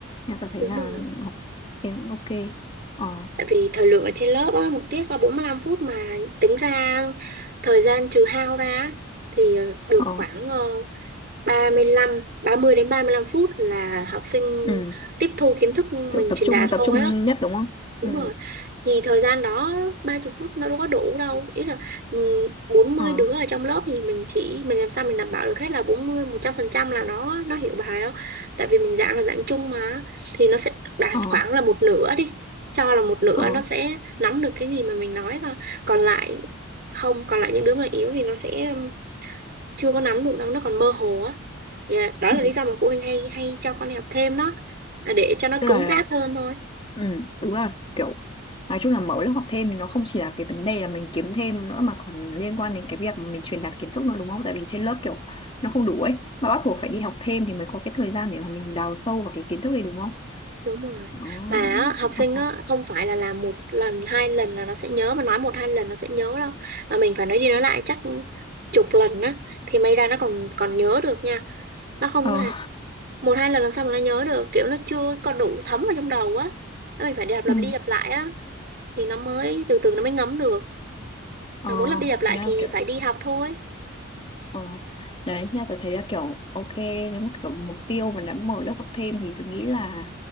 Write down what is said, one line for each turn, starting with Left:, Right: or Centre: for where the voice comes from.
Left: nên tôi thấy
Right: đúng
Left: là
Right: rồi
Left: học thêm cũng ok ờ
Right: Tại vì thời lượng ở trên lớp á, một tiết có bốn mươi lăm phút mà tính ra thời gian trừ hao ra á, thì ờ, được
Left: ờ
Right: khoảng ờ, ba mươi lăm, ba mươi đến 35 phút là học sinh
Left: ừ.
Right: tiếp thu kiến thức
Left: kiểu
Right: mình
Left: tập
Right: truyền
Left: trung
Right: đạt
Left: tập
Right: thôi
Left: trung
Right: á.
Left: nhất đúng không ừ
Right: Đúng rồi. Thì thời gian đó ba chục phút nó đâu có đủ đâu. Ý là ừ, bốn mươi
Left: ờ
Right: đứa ở trong lớp thì mình chỉ mình làm sao mình đảm bảo được hết là bốn mươi một trăm phần trăm là nó nó hiểu bài đó. Tại vì mình giảng là giảng chung mà thì nó sẽ đạt
Left: ờ
Right: khoảng là một nửa đi. Cho là một nửa
Left: ờ
Right: nó sẽ nắm được cái gì mà mình nói còn còn lại không, còn lại những đứa mà yếu thì nó sẽ chưa có nắm được đâu, nó còn mơ hồ á. Dạ, đó
Left: Ừ.
Right: là lý do mà phụ huynh hay hay cho con đi học thêm đó là để cho nó
Left: Tức
Right: cứng
Left: là
Right: cáp hơn thôi.
Left: ừ, đúng là kiểu nói chung là mở lớp học thêm thì nó không chỉ là cái vấn đề là mình kiếm thêm nữa mà còn liên quan đến cái việc mà mình truyền đạt kiến thức nữa đúng không? Tại vì trên lớp kiểu nó không đủ ấy mà bắt buộc phải đi học thêm thì mới có cái thời gian để mà mình đào sâu vào cái kiến thức này đúng không?
Right: đúng rồi
Left: Ờ,
Right: mà á, học sinh
Left: ờ,
Right: á không phải là làm một lần hai lần là nó sẽ nhớ mà nói một hai lần nó sẽ nhớ đâu mà mình phải nói đi nói lại chắc chục lần á thì may ra nó còn còn nhớ được nha nó không
Left: ờ,
Right: hề- một hai lần làm sao mà nó nhớ được kiểu nó chưa có đủ thấm vào trong đầu á Nó mình phải đạp lặp
Left: ừ.
Right: đi lặp lại á thì nó mới từ từ nó mới ngấm được
Left: Ờ,
Right: mà muốn lặp đi lặp lại
Left: thế là
Right: thì
Left: kiểu
Right: phải đi học thôi
Left: Ờ, đấy nha tôi thấy là kiểu ok nếu mà kiểu mục tiêu mà đã mở lớp học thêm thì tôi nghĩ là